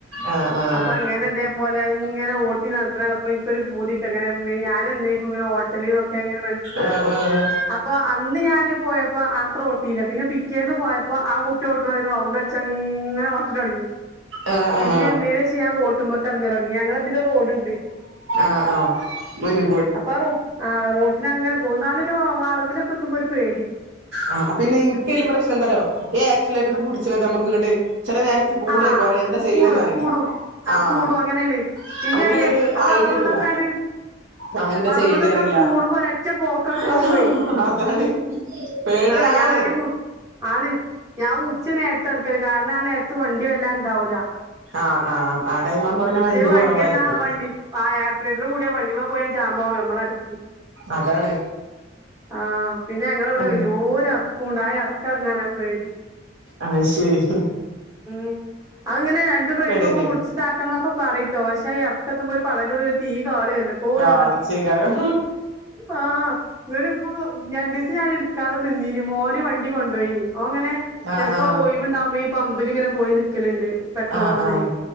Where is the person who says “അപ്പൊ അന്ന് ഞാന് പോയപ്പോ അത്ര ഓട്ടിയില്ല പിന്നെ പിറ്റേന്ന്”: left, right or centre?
Right